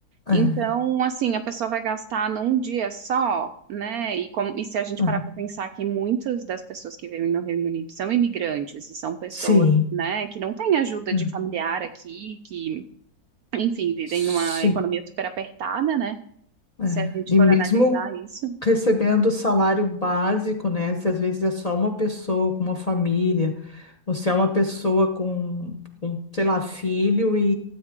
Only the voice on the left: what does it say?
ah,
ah.
Sim,
hum,
sim.
é.
E
mesmo
recebendo salário básico, né? Se às vezes é só uma pessoa com uma família, ou se é uma pessoa com, com, sei lá, filho e,